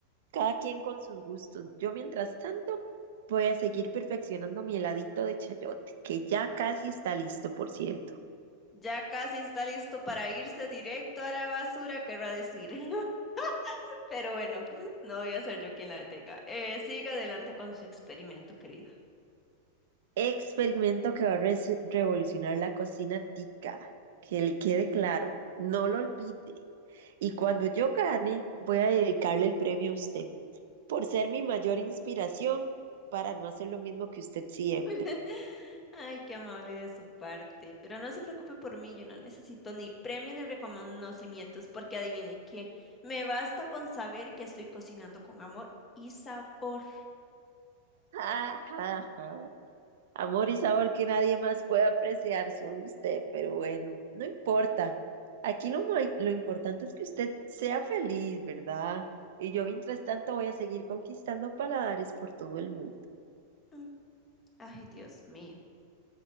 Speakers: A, on the right; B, on the left.
A: cada quien con sus gustos. Yo, mientras tanto, voy a seguir perfeccionando mi heladito de chayote, que ya casi está listo, por cierto.
B: Ya casi está listo para irse directo a la basura, querrá decir. <laughs> Pero bueno, no voy a ser yo quien la detenga. Eh, siga adelante con su experimento, querida.
A: Experimento que va a res- revolucionar la cocina tica. Que le quede claro, no lo olvide. Y cuando yo gane, voy a dedicarle el premio a usted, por ser mi mayor inspiración para no hacer lo mismo que usted siempre.
B: <laughs>
A: <laughs>
B: Ay, qué amable de su parte. Pero no se preocupe por mí, yo no necesito ni premio ni reconocimientos, porque adivine qué, me basta con saber que estoy cocinando con amor y sabor.
A: Ja, ja, ja. Amor y sabor que nadie más puede apreciar, solo usted, pero bueno, no importa. Aquí lo, mo- lo importante es que usted sea feliz, ¿verdad? Y yo mientras tanto voy a seguir conquistando paladares por todo el mundo.
B: Mm, Ay, Dios mío.